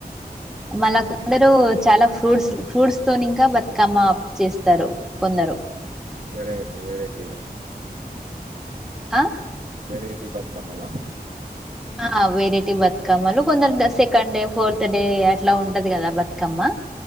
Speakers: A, in the centre; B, on the right (about 55°).
A: మళ్ళ కొందరు చాలా ఫ్రూట్స్ ఫ్రూట్స్ తో ఇంకా బతుకమ్మ చేస్తారు కొందరు
B: వెరాయిటీ వెరాయిటీ
A: ఆ
B: వెరాయటీ బ మ
A: ఆ వెరైటీ బతుకమ్మలు కొందరు సెకండ్ డే ఫోర్త్ డే అట్లా ఉంట ంట కదా బతుకమ్మ